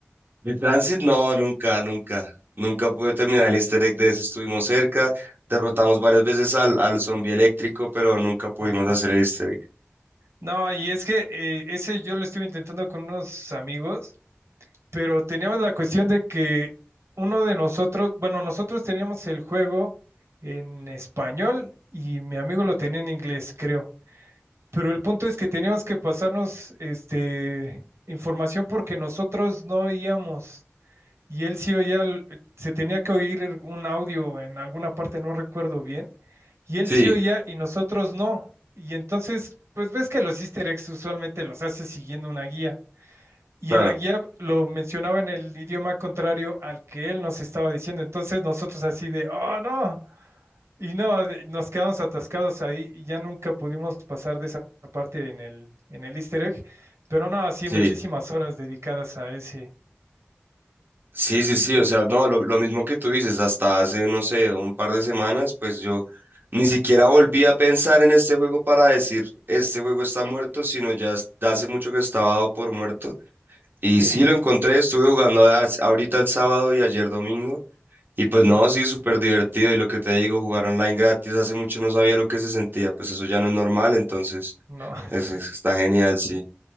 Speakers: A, on the right; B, on the right.
A: el Transit no, nunca, nunca. Nunca pude terminar el easter egg de ese, estuvimos cerca. Derrotamos varias veces al, al zombie eléctrico, pero nunca pudimos
B: Ajá.
A: hacer el easter egg.
B: No, y es que eh, ese yo lo estuve intentando con unos amigos, pero teníamos la cuestión de que uno de nosotros, bueno, nosotros teníamos el juego en español y mi amigo lo tenía en inglés, creo. Pero el punto es que teníamos que pasarnos este información porque nosotros no oíamos. Y él sí oía, el- se tenía que oír un audio en alguna parte, no recuerdo bien, y él
A: Sí,
B: sí oía y nosotros no. Y entonces, pues ves que los easter eggs usualmente los hace siguiendo una guía. Y
A: claro.
B: en la guía lo mencionaba en el idioma contrario al que él nos estaba diciendo. Entonces nosotros así de, oh no. Y no, de- nos quedamos atascados ahí y ya nunca pudimos pasar de esa parte en el, en el easter egg. Pero no, sí,
A: Sí,
B: muchísimas horas dedicadas a ese.
A: sí, sí, sí,
B: Y- y-
A: o sea, no, lo, lo mismo que tú dices, hasta hace, no sé, un par de semanas, pues yo ni siquiera volví a pensar en este juego para decir, este juego está muerto, sino ya es- hace mucho que estaba dado por muerto. Y
B: Sí.
A: sí,
B: <laughs>
A: lo encontré, estuve jugando a- ahorita el sábado y ayer domingo, y pues no,
B: Ajá.
A: sí, súper divertido, y lo que te digo, jugar online gratis, hace mucho no sabía lo que se sentía, pues eso ya no es normal, entonces,
B: No.
A: es- es- está genial, sí.